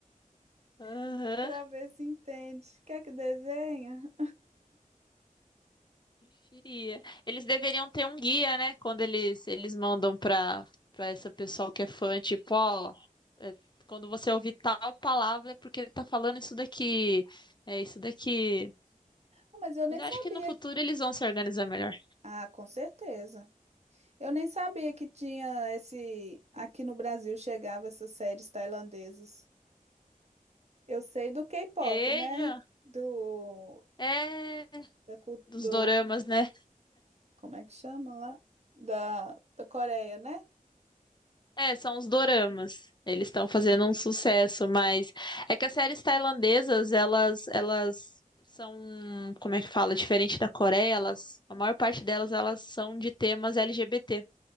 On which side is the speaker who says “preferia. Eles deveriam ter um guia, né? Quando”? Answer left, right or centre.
Left